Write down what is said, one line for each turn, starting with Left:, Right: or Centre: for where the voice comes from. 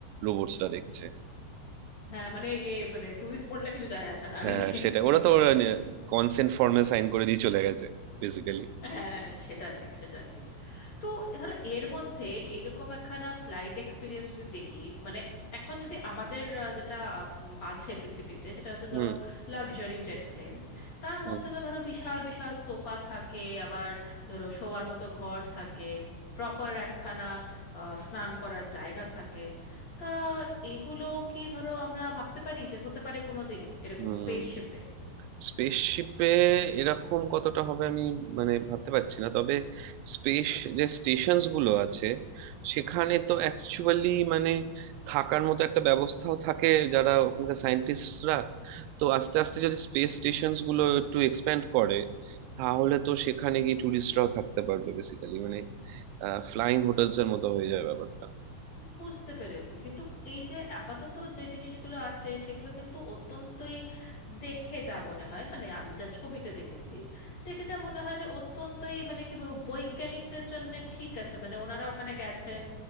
Right: রোবটসরা দেখছে
Left: হ্যাঁ মানে ইয়ে মানে টুরিস্ট মোডলে কিছু যায় আসে না আর
Right: হ্যাঁ
Left: কি <laughs>
Right: সেটা ওরা তো কনসেন্ট ফর্মে সাইন করে দিয়ে চলে গেছে বেসিক্যালি
Left: হ্যাঁ সেটা ঠিক সেটা ঠিক তো ধরো এর মধ্যে এইরকম একখানা ফ্লাইট এক্সপিরিয়েন্স যদি দেখি মানে এখন যদি আমাদের আহ, যেটা আহ, উম, আছে পৃথিবীতে সেটা হচ্ছে
Right: হুম
Left: ধরো লাক্সারি জেট প্লেনস তার
Right: হুম
Left: মধ্যে তো ধরো বিশাল বিশাল সোফা থাকে আবার ধরো শোয়ার মতো ঘর থাকে প্রপার একখানা আহ, স্নান করার জায়গা থাকে তা এগুলো কি ধরো আমরা ভাবতে পারি যে হতে পারে কোনো দিন এরকম
Right: হুম
Left: স্পেসশিপে
Right: স্পেসশিপে এরকম কতটা হবে আমি মানে ভাবতে পারছি না তবে স্পেস যে স্টেশনস গুলো আছে সেখানে তো অ্যাকচুয়ালি মানে থাকার মতো একটা ব্যবস্থাও থাকে যারা ওখানকার সায়েন্টিস্টরা তো আস্তে আস্তে যদি স্পেস স্টেশনস গুলো একটু এক্সপ্যান্ড করে তাহলে তো সেখানে গিয়ে ট্যুরিস্টরাও থাকতে পারবে বেসিক্যালি মানে ফ্লাইং হোটেলস এর মতো হয়ে যায় ব্যাপারটা
Left: বুঝতে পেরেছি কিন্তু এই যে আপাতত যে জিনিসগুলো আছে সেগুলো কিন্তু অত্যন্তই দেখে যা মনে হয় মানে আমি যা ছবিতে দেখেছি দেখে যা মনে হয় যে অত্যন্তই মানে কি বলবো, বৈজ্ঞানিকদের জন্য ঠিক আছে মানে ওনারা ওখানে গেছেন